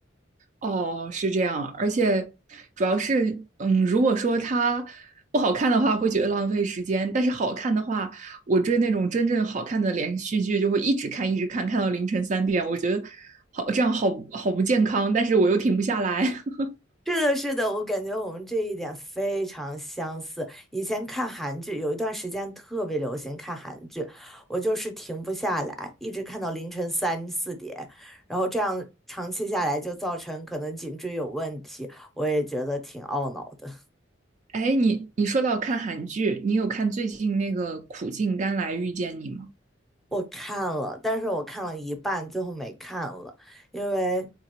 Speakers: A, on the right; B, in the centre.
A: 哦，是这样，而且主要是，嗯，如果说它不好看的话，会觉得浪费时间；但是好看的话，我追那种真正好看的连续剧，就会一直看，一直看，看到凌晨三点。我觉得好，这样好好不健康，但是我又停不下来。<laughs>
B: 是的，是的，我感觉我们这一点非常相似。以前看韩剧，有一段时间特别流行看韩剧，我就是停不下来，一直看到凌晨三四点，然后这样长期下来就造成可能颈椎有问题，我也觉得挺懊恼的。
A: 哎，你你说到看韩剧，你有看最近那个《苦尽甘来遇见你》吗？
B: 我看了，但是我看了一半，最后没看了，因为